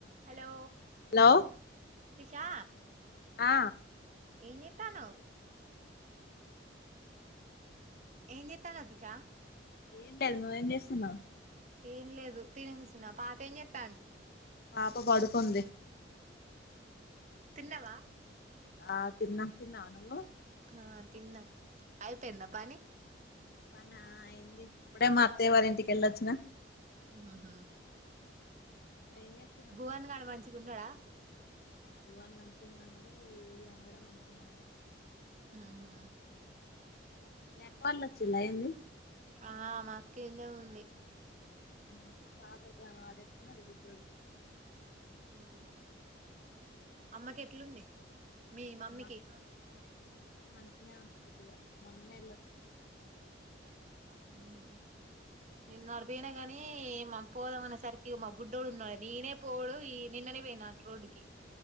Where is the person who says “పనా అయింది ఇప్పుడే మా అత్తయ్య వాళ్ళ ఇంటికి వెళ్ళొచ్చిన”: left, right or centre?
Left